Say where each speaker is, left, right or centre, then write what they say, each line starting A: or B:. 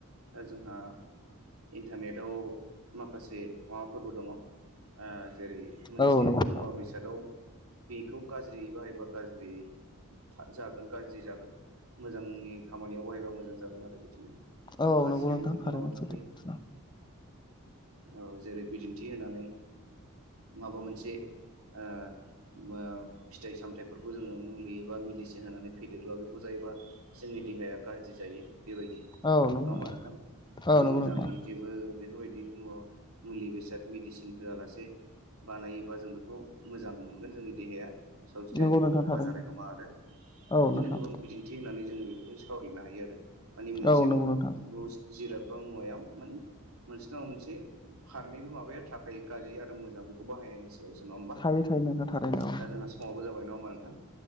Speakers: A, on the right (about 70°); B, on the left (about 20°).
A: दा जोंहा इन्टारनेटाव माखासे माबाफोरबो दङ ओ जेरै - मोनसे
B: औ नंगौ नोंथां
A: मुवा बेसादाव बेखौ गाज्रियै बाहायबा गाज्रियै था जागोन गाज्रि जागोन मोजांनि खामानियाव बाहायबा मोजां जागोन आरो बिदिनो।
B: औ
A: गासैयावबो
B: नंगौ नोंथां
A: बिदिनो
B: थारैनो
A: माबा थाखायो।
B: सैथो बाथ्रा
A: औ जेरै बिदिन्थि होनानै माबा मोनसे ओ ओ फिथाइ सामथायाइफोरखौ जोङो मुलि एबा मेडिसिन होनानै फेदेरोबा बेखौ जायोबा जोंनि देहाया गाज्रि जायो बेबायदि नङा
B: औ नंगौ
A: होमबा नोंथां? आरो
B: औ नंगौ
A: मोजाङै
B: नोंथां
A: जेबो बेफोरबायदि मुवा मुलि बेसाद मेदिसिन होआलासे बानायोबा जों बेखौ मोजां मोनगोन जोंनि देहाया। सावस्रिया
B: नंगौ
A: जेबो
B: नोंथां
A: खहा
B: थारैनो
A: जानाय नङा आरो बिदिनो
B: औ नोंथां
A: गोबां बिदिन थि होननानै जोङो बेफोरजों सावरायनो हायो आरो माने मोनसे
B: औ नंगौ नोंथां
A: जिराद बा मुवायाव माने मोनसे नङा मोनसे फारनैबो माबाया थाखायायो गाज्रि आरो मोजां बेखौ बाहायनायनि सायावसो नङा होमबा?
B: थायो थायो नोंथां थारैनो औ
A: दा जोंहा समावबो जाबाय नङा होमबा नोंथां?